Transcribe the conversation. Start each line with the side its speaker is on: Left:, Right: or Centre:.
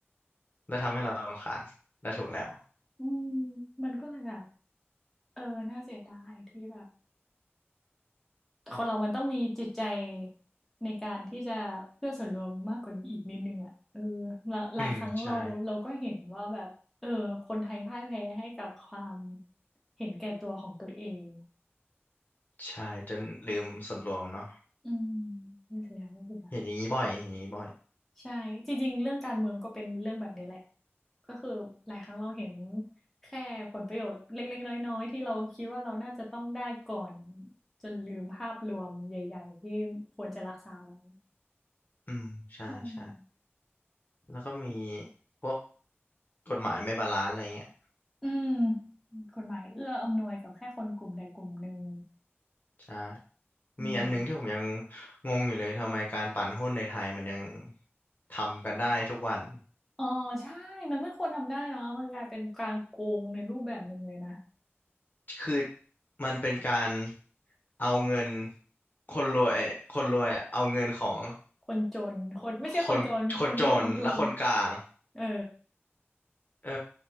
Left: และทำให้เรารำคาญและถูกแล้ว
Centre: อืมมันก็เลยแบบเออน่าเสียดายที่แบบคนเรามันต้องมีจิตใจในการที่จะเพื่อส่วนรวมมากกว่านี้อีกนิดนึงอ่ะเออหลาหลายครั้งเราเราก็เห็นว่าแบบเออคนไทยพ่ายแพ้ให้กับความ
Left: อืมใช่
Centre: เห็นแก่ตัวของตัวเอง
Left: ใช่จนลืมส่วนรวมเนาะ
Centre: อืมน่าเสียดายน่าเสียดาย
Left: เห็นอย่างนี้บ่อยเห็นอย่างนี้บ่อย
Centre: ใช่จริงๆเรื่องการเมืองก็เป็นเรื่องแบบนี้แหละก็คือหลายครั้งเราเห็นแค่ผลประโยชน์เล็กๆน้อยๆที่เราคิดว่าเราน่าจะต้องได้ก่อนจนลืมภาพรวมใหญ่ๆที่ควรจะรักษาไว้
Left: อืมใช่ใช่
Centre: อืม
Left: แล้วก็มีพวกกฎหมายไม่บาลานซ์อะไรเงี้ย
Centre: อืมกฎหมายเอื้ออำนวยกับแค่คนกลุ่มใดกลุ่มหนึ่ง
Left: ใช่
Centre: อืม
Left: มีอันหนึงที่ผมยังงงอยู่เลยทำไมการปั่นหุ้นในไทยมันยังทำกันได้ทุกวัน
Centre: อ๋อใช่มันไม่ควรทำได้เนาะมันกลายเป็นการโกงในรูปแบบหนึ่งเลยนะ
Left: คือมันเป็นการเอาเงินคนรวยคนรวยอะเอาเงินของ
Centre: คนจนคนไม่ใช่คนจนคนที่ลงทุน
Left: คนคนจนและคนกลาง
Centre: เออ
Left: เออ